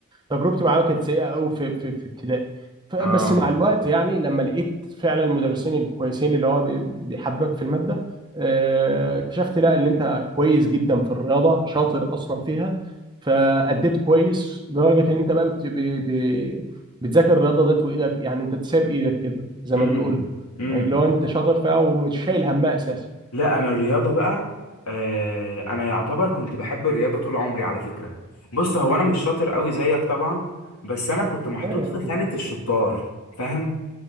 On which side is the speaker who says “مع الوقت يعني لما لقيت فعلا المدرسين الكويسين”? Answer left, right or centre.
Right